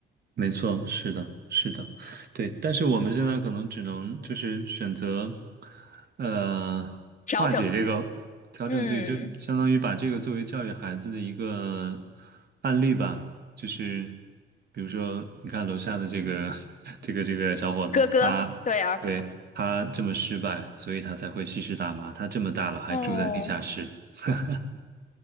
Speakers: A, on the right; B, on the left.
A: 没错，是的，是的，对。但是我们现在可能只能就是选择，呃，
B: 调整自己。
A: 化解这个，调整自己，
B: 嗯，
A: 就嗯相当于把这个作为教育孩子的一个案例吧。就是比如说，你看楼下的这个 <laughs> 这个这个小伙子，
B: 哥哥，
A: 他对他这么失败，
B: 对啊，
A: 所以他才会吸食大麻。他这么大了还住在地下室。
B: 哦。
A: <laughs>